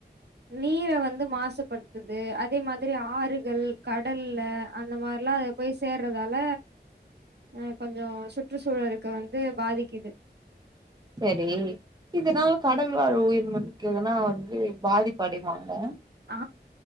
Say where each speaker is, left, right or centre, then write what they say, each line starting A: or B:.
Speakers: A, on the right; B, on the right.
A: நீர வந்து மாசுபடுத்துது அதே மாதிரி ஆறுகள் கடல்ல அந்த மாரிலா அது போய் சேர்றதால அ கொஞ்ச சுற்றுச்சூழலுக்கு வந்து பாதிக்குது
B: சரி இதுனால் கடல் வாழ் உயிர்க்கு எதுனா வந்து பாதிப்படையுமாங்க
A: ஆ